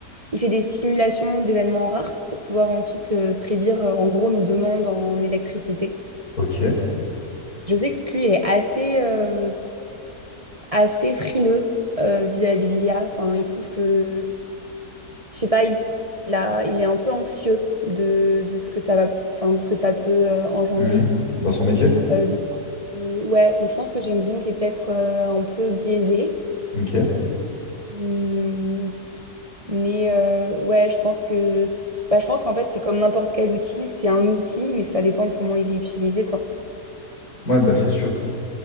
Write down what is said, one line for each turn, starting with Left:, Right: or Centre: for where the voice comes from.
Right: il fait des simulations d'événements rares pour pouvoir ensuite euh, prédire, euh, en gros, nos demandes en électricité.
Left: Ok.
Right: Je sais que lui, il est assez, euh, assez frileux euh, vis-à-vis de l'IA. Enfin, il trouve que, je sais pas, il, il a, il est un peu anxieux de, de ce que ça va, enfin, de ce que ça peut euh, engendrer.
Left: Mhm. Dans son métier?
Right: Euh, donc, Euh, ouais, donc je pense que j'ai une vision qui est peut-être euh, un peu biaisée.
Left: Ok.
Right: Hmm, mais euh, ouais, je pense que bah, je pense qu'en fait, c'est comme n'importe quel outil, c'est un outil, mais ça dépend de comment il est utilisé, quoi.
Left: Ouais, bah c'est sûr.